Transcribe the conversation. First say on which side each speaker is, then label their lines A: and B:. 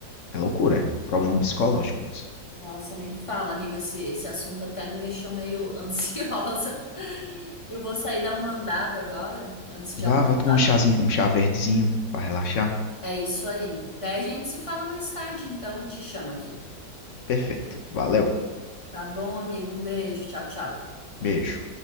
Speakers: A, on the left; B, on the left.
A: é loucura, é um problema psicológico isso.
B: Nossa, nem fala, amigo, esse, esse assunto até me deixou meio <laughs> ansiosa. Eu vou sair dar uma andada agora, antes de
A: Vá,
B: almoçar.
A: vá tomar um chazinho, um chá verdezinho pra relaxar.
B: É isso aí. Daí a gente se fala mais tarde, então, eu te chamo aqui.
A: Perfeito. Valeu.
B: Tá bom, amigo? Um beijo. Tchau, tchau.
A: Beijo.